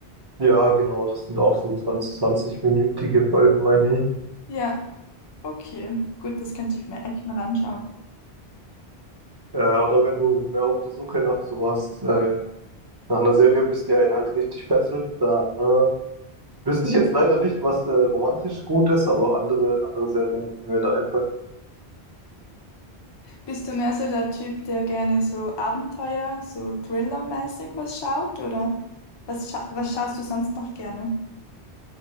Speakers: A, on the right (about 35°); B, on the left (about 40°).
A: Ja, genau, das sind auch so 20, 20-minütige Folgen, meine ich.
B: Ja. Okay. Gut, das könnte ich mir echt mal anschauen.
A: Äh, oder wenn du mehr auf der Suche nach sowas, äh, nach einer Serie bist, die einen halt richtig fesselt, da äh, wüsste ich jetzt leider nicht, was äh, romantisch gut ist, aber andere, andere Serien würden mir da einfallen.
B: Bist du mehr so der Typ, der gerne so Abenteuer, so Thriller-mäßig was schaut, oder was, scha was schaust du sonst noch gerne?